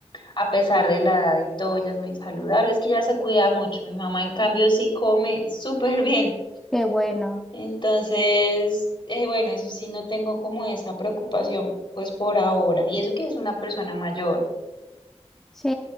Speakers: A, on the left (about 45°); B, in the centre.
A: a pesar de la edad y todo, ella es muy saludable, es que ya se cuida mucho. Mi mamá, en cambio, sí come súper bien.
B: Qué bueno.
A: Entonces, eh, bueno, eso sí, no tengo como esa preocupación, pues por ahora. Y eso que es una persona mayor.
B: Sí.